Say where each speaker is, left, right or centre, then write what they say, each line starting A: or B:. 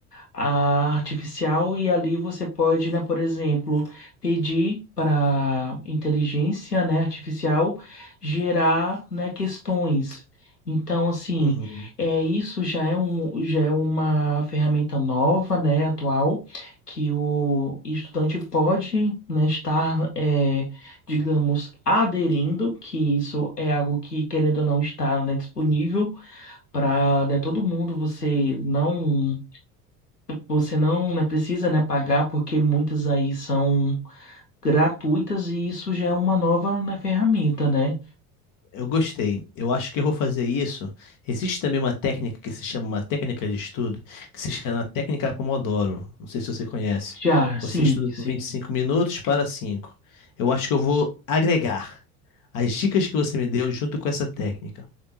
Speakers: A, on the left (about 90°); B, on the left (about 45°).
A: a artificial e ali você pode, né, por exemplo, pedir para inteligência, né, artificial gerar, né, questões. Então, assim,
B: Uhum.
A: é isso já é um, já é uma ferramenta nova, né, atual, que o estudante pode, né, estar, é, digamos, aderindo, que isso é algo que, querendo ou não, está, né, disponível para, todo mundo. Você não você não, né, precisa, né, pagar porque muitas aí são gratuitas e isso já é uma nova, né, ferramenta, né?
B: Eu gostei. Eu acho que eu vou fazer isso. Existe também uma técnica que se chama uma técnica de estudo, que se chama técnica Pomodoro. Não sei se você conhece.
A: Já, sim,
B: Você estuda por
A: sim.
B: 25 minutos para 5. Eu acho que eu vou agregar as dicas que você me deu junto com essa técnica.